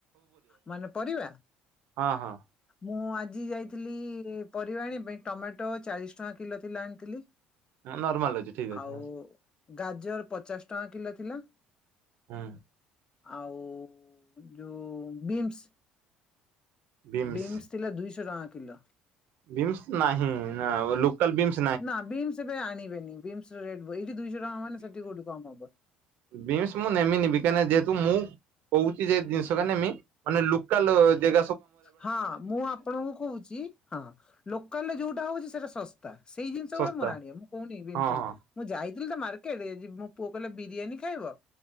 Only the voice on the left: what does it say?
ମାନେ ପରିବା?
ମୁଁ ଆଜି ଯାଇଥିଲି ପରିବା ଆଣି ପାଇଁ ଟମାଟୋ ଚାଳିଶ ଟଙ୍କା କିଲୋ ଥିଲା ଆଣିଥିଲି।
ଆଉ ଗାଜର ପଚାଶ ଟଙ୍କା କିଲୋ ଥିଲା।
ଆଉ ଯୋଉ ବିନ୍ସ
ବିନ୍ସ ଥିଲା ଦୁଇଶହ ଟଙ୍କା କିଲୋ।
ନା ବିମ୍ସ ଏବେ ଆଣିବେନି ବିସ ର ଟ ଏଇଠି ଦୁଇଶହ ଟଙ୍କା ହବ ସେଠି କୋଠି କମ ହବ
ହଁ ମୁଁ ଆପଣଙ୍କୁ କହୁଛି ହଁ। ଲୋକାଲ ରେ ଯୋଉଟା ହଉଛି ସେଟା ଶସ୍ତା ସେଇ ଜିନିଷ
ଗୁଡା ମୋର ଆଣିବା ମୁଁ କହୁନି।
ମୁଁ ଯାଇଥିଲି ତ ମାର୍କେଟ ମୋ ପୁଅ କହିଲେ ବିରିୟାନୀ ଖାଇବ।